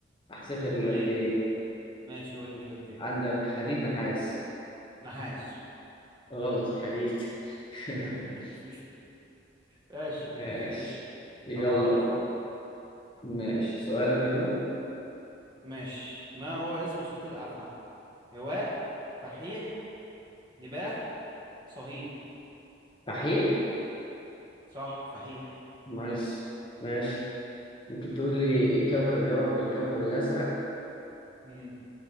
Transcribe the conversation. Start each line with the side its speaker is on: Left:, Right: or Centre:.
Left: هحسب لك إجابتين
Right: امال ايه ماشي قول لي اجابتين
Left: عندك حديد نحاس
Right: نحاس
Left: غلط الحديد <laughs>
Right: <laughs> ماشي
Left: ماشي
Right: ماشي قشطة
Left: يلا
Right: هبقى اعرفك
Left: ماشي سؤالك يلا
Right: ماشي ما هو اسم صوت الافعى هواء فحيح نباح صهيل
Left: صحيح
Right: صح فحيح
Left: نايس ماشي ممكن تقول لي ايه الكوكب اللي يعرف بالكوكب الأزرق
Right: امم